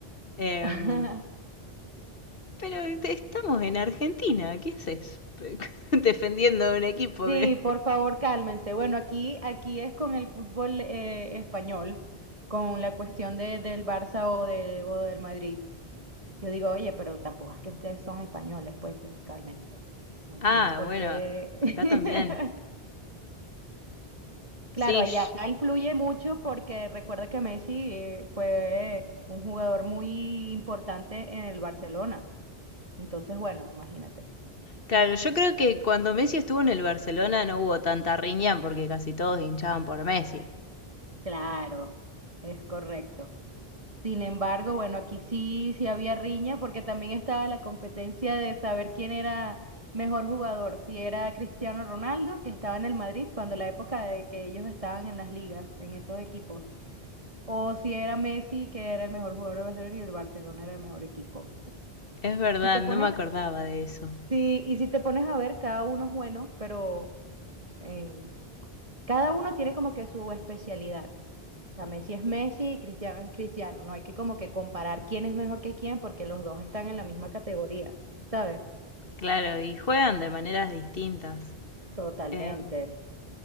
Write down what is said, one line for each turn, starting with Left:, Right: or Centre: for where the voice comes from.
Left: em,
Right: <laughs>
Left: pero te- estamos en Argentina, ¿qué haces? <laughs> Defendiendo un equipo
Right: Sí,
Left: que...
Right: por
Left: <laughs>
Right: favor, cálmense. Bueno, aquí, aquí es con el fútbol eh, español, con la cuestión de, del Barça o, de, o del Madrid. Yo digo, oye, pero tampoco es que ustedes son españoles, pues eh, cálmense. No tienen
Left: Ah,
Right: por
Left: bueno,
Right: qué. <laughs>
Left: acá también.
Right: Claro,
Left: Sí,
Right: allá
Left: yo-
Right: influye mucho porque recuerda que Messi eh, fue un jugador muy importante en el Barcelona. Entonces, bueno, imagínate.
Left: claro, yo creo que cuando Messi estuvo en el Barcelona no hubo tanta riña porque casi todos hinchaban por Messi.
Right: Claro, es correcto. Sin embargo, bueno, aquí sí, sí había riña porque también estaba la competencia de saber quién era mejor jugador, si era Cristiano Ronaldo, que estaba en el Madrid cuando la época de que ellos estaban en las ligas, en esos equipos, o si era Messi, que era el mejor jugador de Barcelona y el Barcelona era el mejor equipo.
Left: Es verdad,
Right: Si te
Left: no
Right: pones,
Left: me acordaba de eso.
Right: sí, y si te pones a ver, cada uno es bueno, pero en, cada uno tiene como que su especialidad. sea, Messi es Messi y Cristiano es Cristiano. No hay que como que comparar quién es mejor que quién porque los dos están en la misma categoría, ¿sabes?
Left: Claro, y juegan de maneras distintas.
Right: Totalmente.
Left: Em,